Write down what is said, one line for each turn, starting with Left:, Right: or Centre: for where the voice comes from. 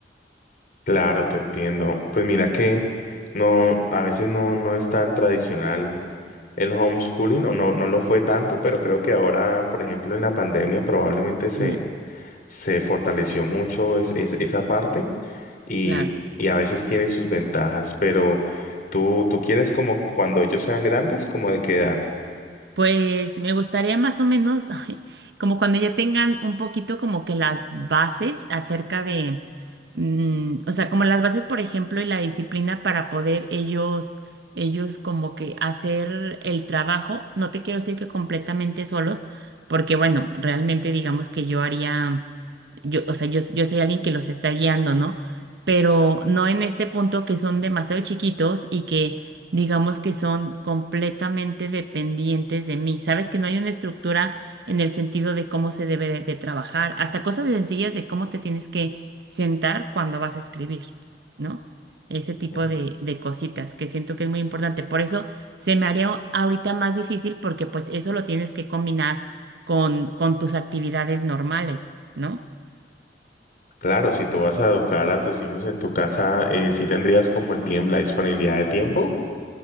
Left: Claro, te entiendo. Pues mira que no, a veces no, no es tan tradicional el homeschooling, o no, no lo fue tanto, pero creo que ahora, por ejemplo, en la pandemia probablemente se,
Right: Y
Left: se fortaleció mucho es- es- esa parte y,
Right: claro.
Left: y a veces tiene sus ventajas, pero tú, tú quieres como cuando ellos sean grandes, ¿como de qué edad?
Right: Pues me gustaría más o menos, <laughs> ay, como cuando ya tengan un poquito como que las bases acerca de, mm, o sea, como las bases, por ejemplo, y la disciplina para poder ellos, ellos como que hacer el trabajo. No te quiero decir que completamente solos, porque bueno, realmente digamos que yo haría, yo, o sea, yo, yo soy alguien que los está guiando, ¿no? Pero no en este punto que son demasiado chiquitos y que digamos que son completamente dependientes de mí. Sabes que no hay una estructura en el sentido de cómo se debe de, de trabajar, hasta cosas sencillas de cómo te tienes que sentar cuando vas a escribir, ¿no? Ese
Left: Ujú.
Right: tipo de, de cositas que siento que es muy importante. Por eso se me haría ahorita más difícil porque pues eso lo tienes que combinar con, con tus actividades normales, ¿no?
Left: Claro, si tú vas a educar a tus hijos en tu casa, eh, sí tendrías como el tiempo, la disponibilidad de tiempo.